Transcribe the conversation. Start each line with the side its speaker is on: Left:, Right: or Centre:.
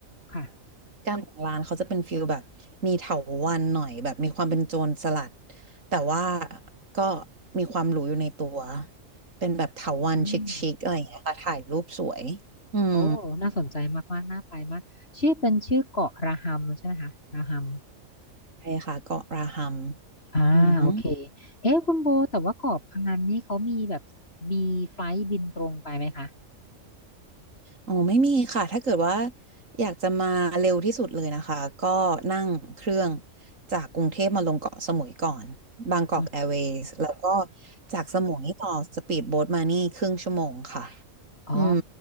Left: ค่ะ
Right: การของร้านเขาจะเป็นฟิลแบบมีเถาวัลย์หน่อยแบบมีความเป็นโจรสลัดแต่ว่าก็มีความหรูอยู่ในตัวเป็นแบบเถาวัลย์ชิคๆอะไรอย่างเงี้ยค่ะถ่ายรูปสวย
Left: อืม
Right: อืม
Left: โอ้น่าสนใจมากๆน่าไปมาก ชื่อเป็นชื่อเกาะระหัมใช่ไหมคะระหัม
Right: ใช่ค่ะเกาะราฮัม
Left: อ่าโอเค
Right: อืมอ
Left: เอ๊ะคุณโบแต่ว่าเกาะพะงันนี่เขามีแบบมีไฟล์บินตรงไปไหมคะ
Right: อ๋อไม่มีค่ะถ้าเกิดว่าอยากจะมาเร็วที่สุดเลยนะคะก็นั่งเครื่องจากกรุงเทพมาลงเกาะสมุยก่อนบางกอกแอร์เวย์สแล้วก็
Left: อืม
Right: จากสมุยต่อสปีดโบ๊ทมานี่ครึ่งชั่วโมงค่ะ
Left: อ๋อ
Right: อืม